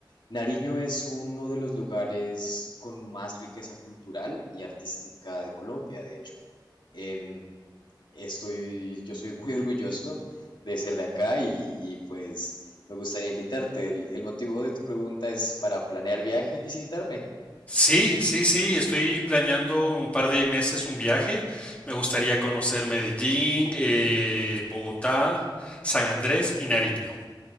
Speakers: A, on the left (about 70°); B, on the left (about 15°).
A: Nariño es uno de los lugares con más riqueza cultural y artística de Colombia, de hecho. Em, estoy, yo soy muy <laughs> orgulloso de ser de acá y, y, pues me gustaría invitarte. El, el motivo de tu pregunta es para planear viaje y visitarme.
B: Sí, sí, sí, estoy planeando un par de meses un viaje. Me gustaría conocer Medellín, eh, Bogotá, San Andrés y Nariño.